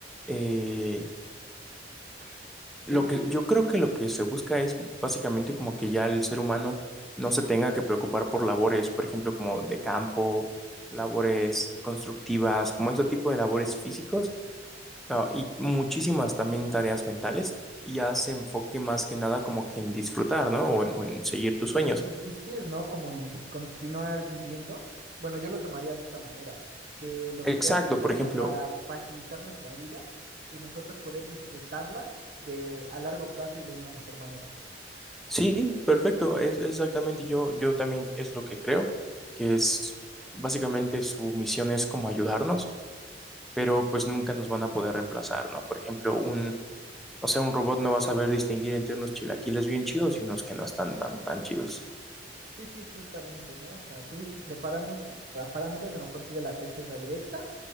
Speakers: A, in the centre; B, on the right (about 50°).
A: eh,
B: Ah,
A: lo
B: Digo,
A: que
B: digo.
A: yo creo que lo que se busca es básicamente como que ya el ser humano no se tenga que preocupar por labores, por ejemplo, como de campo, labores constructivas, como este tipo de labores físicos Ah, y muchísimas también tareas mentales y ya se enfoque más que nada como que en disfrutar, ¿no? O en, o en seguir tus
B: en
A: sueños.
B: subsistir, ¿no? Como en continuar viviendo. Bueno, yo lo tomaría de esa manera, que los
A: Exacto,
B: creamos
A: por
B: como
A: ejemplo,
B: para facilitar nuestra vida y nosotros poder disfrutarla de a largo plazo y de una mejor manera.
A: sí, perfecto, es es exactamente yo, yo también es lo que creo, que es básicamente su misión es como ayudarnos, pero pues nunca nos van a poder reemplazar, ¿no? Por ejemplo, un, o sea, un robot no va a saber distinguir entre unos chilaquiles bien chidos y unos que no están tan, tan chidos.
B: Sí, sí, justamente, ¿no? O sea, tú dices, preparamos, el- prepáramelos, y a lo mejor sigue la receta directa,